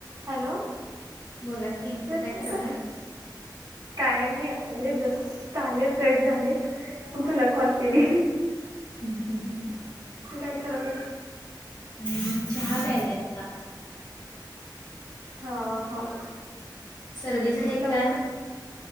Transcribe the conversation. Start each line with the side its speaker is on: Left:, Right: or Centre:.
Right: हॅलो
Left: बोला कि
Right: येतोय
Left: काय करायलात.
Right: का? काय नाही आले जस्ट आले फ्रेश झाले मग तुला कॉल केली.
Left: हा <unintelligible>
Right: तु काय कराल.
Left: नाही चहा प्यायले आता
Right: हा हा.
Left: सर्दी झाली
Right: लवक
Left: काय